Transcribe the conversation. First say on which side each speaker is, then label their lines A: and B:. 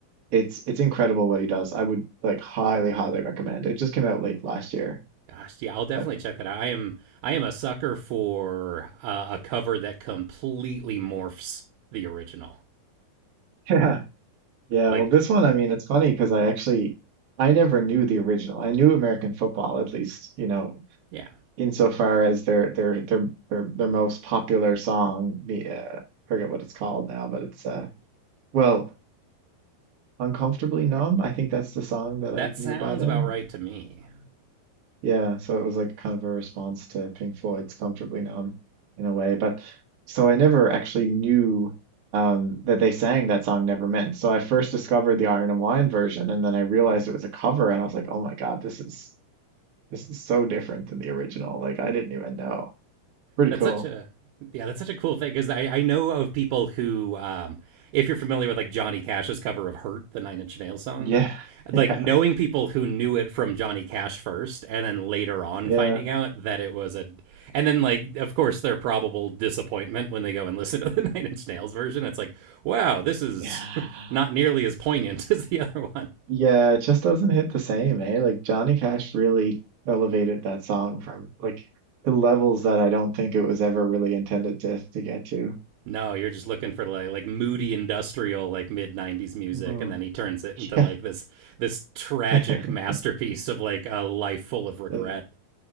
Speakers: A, on the right (about 60°); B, on the right (about 80°).
A: it's it's incredible what he does. I would like highly, highly recommend. It just came out late last year.
B: Gosh, yeah, I'll definitely
A: But
B: check that out. I am, I am a sucker for uh, a cover that completely morphs the original.
A: <laughs> yeah. Yeah,
B: Like,
A: well this one, I mean, it's funny because I actually I never knew the original. I knew American football, at least, you know,
B: yeah,
A: insofar as their their their their, their most popular song, the uh, forget what it's called now, but it's uh well Uncomfortably Numb. I think that's the song that
B: that
A: I
B: sounds
A: knew by them.
B: about right to me.
A: Yeah, so it was like kind of a response to Pink Floyd's Comfortably Numb in a way. But so I never actually knew um, that they sang that song Never Meant. So I first discovered the Iron and Wine version, and then I realized it was a cover, and I was like, oh my God, this is this is so different than the original. Like I didn't even know. Pretty
B: That's
A: cool.
B: such a yeah, that's such a cool thing because I, I know of people who, um, if you're familiar with like Johnny Cash's cover of "Hurt," the Nine Inch Nails song,
A: Yeah, <laughs>
B: like
A: yeah,
B: knowing people who knew it from Johnny Cash first, and then later on
A: yeah,
B: finding out that it was a, and then like of course their probable disappointment when they go and listen to the <laughs> Nine Inch Nails version. It's like, wow, this is
A: yeah.
B: <laughs> not nearly as poignant <laughs> as the other one.
A: Yeah, it just doesn't hit the same, eh? Like Johnny Cash really elevated that song from like the levels that I don't think it was ever really intended to to get to.
B: No, you're just looking for like like moody industrial like mid '90s music,
A: hmm
B: and then he turns it into
A: Yeah.
B: like this this tragic
A: <laughs>
B: masterpiece of like a life full of regret.
A: Uh,